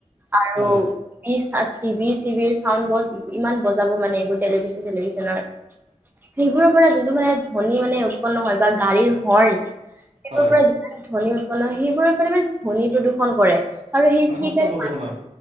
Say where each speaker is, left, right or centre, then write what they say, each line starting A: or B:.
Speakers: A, on the right; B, on the right.
A: আৰু
B: হয়,
A: বিশ ষাতি বি ৰ চাউণ্ড ব ইমান বজাব মানে, এইবোৰ টেলিভিছন চেলিভিছনৰ সেইবোৰৰ পৰা যোনটো মানে ধ্বনি মানে উৎপন্ন হয় বা গাড়ীৰ হৰ্ণ, সেইবোৰৰ
B: হয়।
A: পৰা য ধ্বনী উৎপন্ন হয়, সেইবোৰৰ মানে মানে ধ্বনী প্ৰদূষণ কৰে। আৰু সেই
B: মানে
A: সেইকাৰণে
B: শব্দ প্ৰদূষণ আৰু